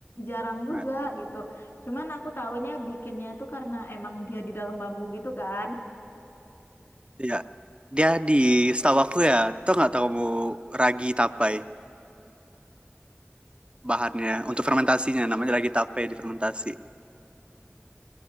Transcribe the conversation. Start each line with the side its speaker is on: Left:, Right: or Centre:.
Left: jarang juga
Right: Nah,
Left: gitu. Cuman aku tahunya bikinnya itu karena emang dia di dalam bambu gitu kan.
Right: Iya. Dia di setahu aku ya, tau nggak tahu kamu ragi tapai bahannya untuk fermentasinya namanya ragi tapai di fermentasi.